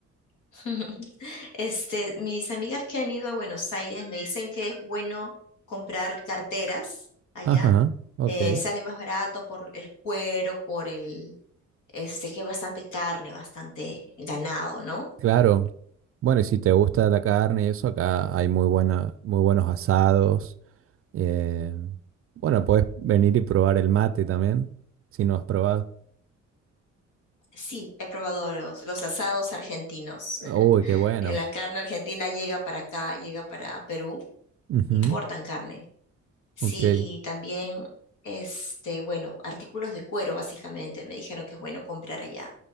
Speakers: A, on the left; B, on the right.
A: <laughs> Este, mis amigas que han ido a Buenos Aires me dicen que es bueno comprar carteras allá.
B: Ajá, ok,
A: Eh, sale más barato por el cuero, por el, este, que hay bastante carne, bastante ganado, ¿no?
B: claro. Bueno, y si te gusta la carne y eso, acá hay muy buena, muy buenos asados. eh, bueno, puedes venir y probar el mate también, si no has probado.
A: Sí, he probado los, los asados argentinos. <laughs>
B: Uy, qué bueno.
A: La carne argentina llega para acá, llega para Perú,
B: Ujú,
A: importan carne. Sí,
B: ok.
A: y también, este, bueno, artículos de cuero, básicamente, me dijeron que es bueno comprar allá.